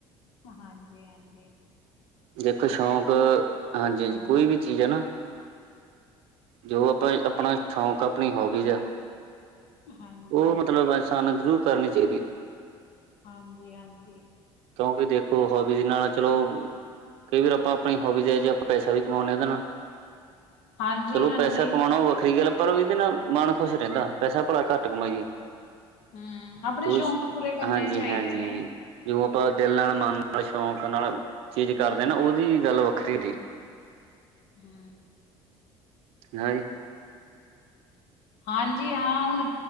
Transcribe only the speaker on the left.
ਹਾਂਜੀ- ਹਾਂਜੀ
ਹੂੰ,
ਹਾਂਜੀ।
ਹਾਂਜੀ- ਹਾਂਜੀ
ਹਾਂਜੀ
ਹਾਂਜੀ।
ਹੂੰ, ਆਪਣੇ
ਸ਼ੌਕ ਪੂਰੇ ਕਰਨੇ
ਚਾਹੀਦੇ
ਨੇ,
ਹੂ
ਹਾਂਜੀ ਹਾਂ। ਹੁਣ